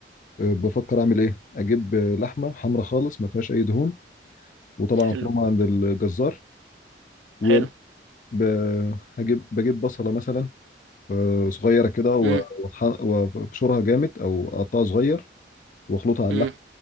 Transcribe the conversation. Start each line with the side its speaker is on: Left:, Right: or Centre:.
Left: آه، بفكر اعمل ايه اجيب آه، لحمه حمرا خالص ما فيهاش اي دهون وطبعا
Right: حلو
Left: فروم عند الجزار ويا
Right: حلو
Left: دوب ب- هجيب بجيب بصلة مثلا آه، صغيرة كده و-
Right: امم
Left: وأطحن- وابشرها جامد أو أقطعها صغير وأخلطها على
Right: امم
Left: اللحم